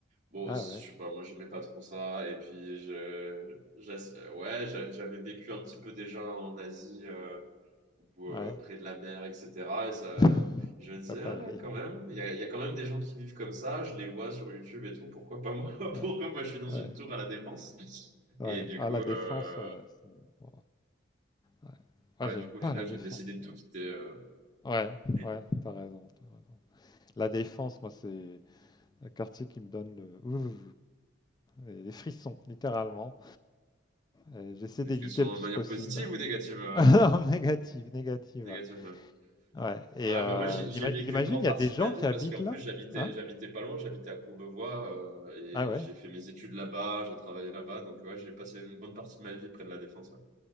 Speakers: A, on the right; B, on the left.
A: bon,
B: Ah
A: je sais
B: ouais,
A: pas, moi, j'aimais pas trop ça. Et puis, je, j'ass- ouais, j'a- j'avais vécu un petit peu déjà en Asie. euh, ou
B: ouais.
A: euh, près de la mer, etc. Et ça,
B: C'est
A: je me disais,
B: pas pareil.
A: ah, quand même, il y a, il y a quand même des gens qui vivent comme ça, je les vois sur YouTube et tout, pourquoi pas moi? <laughs>
B: Ouais,
A: Pourquoi moi je suis dans une
B: ouais,
A: tour à la Défense?
B: ouais.
A: Et du
B: Ah,
A: coup,
B: la
A: euh,
B: défense, ouais, c'est- bon, ouais. Ah,
A: ouais,
B: j'aime
A: du coup,
B: pas
A: au final,
B: la défense.
A: j'ai décidé de tout quitter. Euh,
B: Ouais,
A: et-
B: ouais, t'as raison, t'as raison. La défense, moi, c'est le quartier qui me donne le... ouh, les les frissons, littéralement. Et J'essaie
A: Est-ce
B: d'éviter
A: que sur
B: le plus
A: de manière
B: possible.
A: positive ou négative? euh,
B: <laughs> Non, négative, négative,
A: négative,
B: ouais.
A: ouais.
B: Ouais, Et
A: Ouais,
B: euh,
A: bah moi, j'ai j'ai
B: ima-
A: vécu
B: imagine,
A: une grande
B: il
A: partie
B: y a des
A: de
B: gens
A: ma vie
B: qui habitent
A: parce qu'en
B: là,
A: plus, j'habitais,
B: hein?
A: j'habitais pas loin, j'habitais à Courbevoie, euh,
B: Ah
A: et
B: ouais.
A: j'ai fait mes études là-bas, j'ai travaillé là-bas, donc ouais, j'ai passé une bonne partie de ma vie près de la Défense.